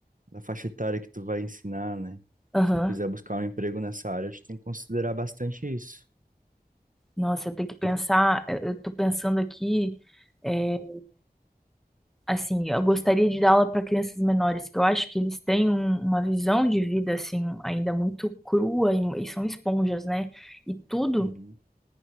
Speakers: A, on the right; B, in the centre.
A: da faixa etária que tu vai ensinar, né?
B: Aham.
A: Se tu quiser buscar um emprego nessa área, a gente tem que considerar bastante isso.
B: Nossa, eu tenho que pensar,
A: Por...
B: eu eu tô pensando aqui, eh, assim, eu gostaria de dar aula para crianças menores, que eu acho que eles têm um- uma visão de vida, assim, ainda muito crua e, e são esponjas, né? E tudo,
A: Uhum.